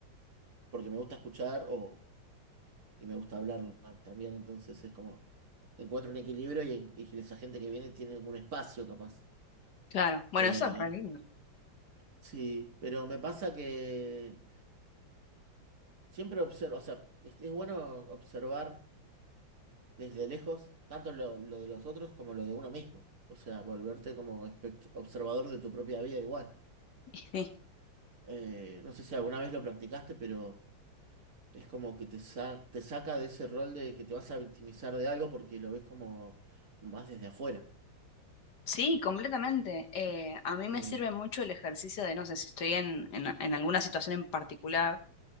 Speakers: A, on the right (about 50°); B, on the left (about 60°).
A: porque me gusta escuchar o, y me gusta hablar también, entonces es como, encuentro un equilibrio y, en- y esa gente que viene tiene algún espacio capaz.
B: claro. Bueno,
A: Eh,
B: eso es re lindo.
A: sí, pero me pasa que siempre observo, o sea, es es bueno observar. desde lejos tanto lo, lo de los otros como lo de uno mismo. O sea, volverte como espect- observador de tu propia vida igual.
B: Sí,
A: Eh, no sé si alguna vez lo practicaste, pero es como que te, sa- te saca de ese rol de que te vas a victimizar de algo porque lo ves como más desde afuera.
B: sí, completamente. Eh, a mí
A: Eh,
B: me sirve mucho el ejercicio de, no sé, si estoy en, en, en alguna situación en particular,